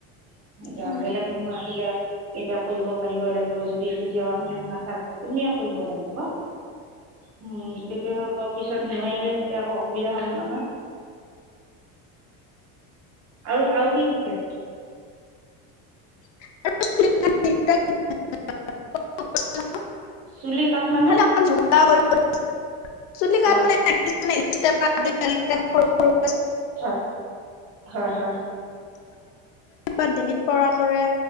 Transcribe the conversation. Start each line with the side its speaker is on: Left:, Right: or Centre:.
Right: এতিয়া
Left: হয়
Right: বেলেগ মানুহ আহিলে, এতিয়া কৰিব পাৰিব লাগিব যদি কেতিয়াবা মেম নাথাকে তুমিয়ে কৰিব লাগিব। উম তেতিয়া আকৌ পিছত নোৱাৰিলে তেতিয়া আকৌ সুবিধা হব নহয়। আৰু আৰু কি শিকাই?
Left: <unintelligible> <unintelligible>
Right: চুলি কাট মানে
Left: <unintelligible>
Right: অঁ হয় হয় হয়।
Left: পাত ডিঙিত পৰা কৰে।